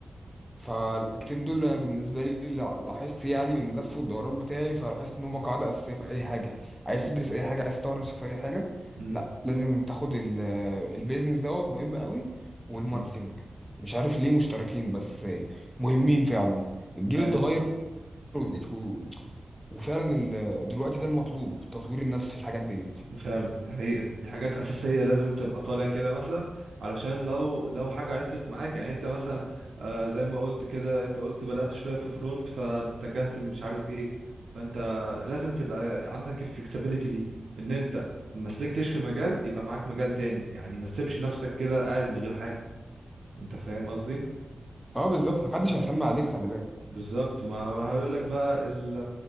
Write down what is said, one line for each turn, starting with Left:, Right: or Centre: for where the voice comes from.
Centre: فالحاجتين دول بالنسبة لي لا- لاحظت يعني من اللف والدوران بتاعي فلاحظت إن هما قاعدة أساسية في أي حاجة عايز
Right: امم
Centre: تدرس أي حاجة عايز تطور نفسك في أي حاجة
Right: امم
Centre: لا لازم تاخد ال- البيزنس دوت مهم قوي والماركتينج
Right: امم
Centre: مش عارف ليه مشتركين بس مهمين فعلا الجيل
Right: ايوه
Centre: اتغير وديت و... وفعلا ال... دلوقتي ده المطلوب تطوير النفس في الحاجات ديت
Right: فعلا دي حقيقة دي حاجات أساسية لازم تبقى طالع كده مثلا علشان لو لو حاجة عطلت معاك يعني أنت مثلا آه زي ما قلت كده أنت قلت بدأت شوية في فرونت فاتجهت مش عارف إيه فأنت لازم تبقى عندك الفلكسبيليتي دي إن أنت ما سلكتش في مجال يبقى معاك مجال تاني يعني ما تسيبش نفسك كده قاعد من غير حاجة أنت فاهم قصدي؟
Centre: اه بالظبط محدش هيسمع عليك خلي بالك
Right: بالظبط ما هو هيقول لك بقى ال